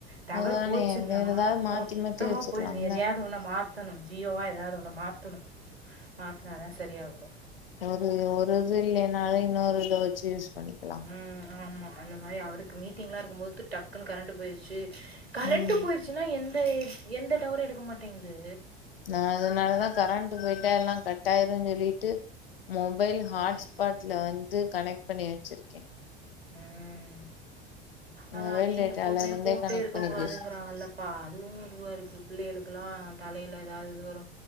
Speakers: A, on the right; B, on the left.
A: டவர்
B: அதானே
A: போச்சுன்னா
B: வேற ஏதாவது மாத்தி
A: மொத்தமா
B: மாத்தி வச்சுக்கலாம்ல
A: போய் எதையாது ஒன்ன மாத் தணு ஜியோவா எதாது ஒன்னு மாத்தணு மாத்துனாதா சரியாவரு
B: அது ஒரு இது இல்லைனாலு இன்னொரு இத வச்சு யூஸ் பண்ணிக்கலா
A: ம் ஆமா அந்த மாதிரி அவருக்கு மீட்டிங்லா இருக்கு போது டக்குன்னு கரண்ட் போயிருச்சு
B: ம்
A: சின்னா எந்த எந்த டவரு எடுக்க மாட்டேங்குது
B: நா அதனாலதா கரண்ட்டு போயிட்டா எல்லா கட் ஆயிருனு சொல்லிட்டு மொபைலு
A: ம்
B: ஹாட்ஸ்பாட்ல வந்து கனெக்ட் பண்ணி வச்சிருக்கே
A: ம் அது
B: மொபைல்
A: அதையு
B: டேட்டால
A: எப்பவுமே
B: இருந்தே
A: போட்டே
B: கனெக்ட்
A: இருக்க
B: பண்ணி
A: கூடாதுங்கிறாங்கல்ல
B: பேசு
A: இப்ப அதுவு இதுவா இருக்கு பிள்ளைகளுக்கெல்லா தலையில எதாது இது வரு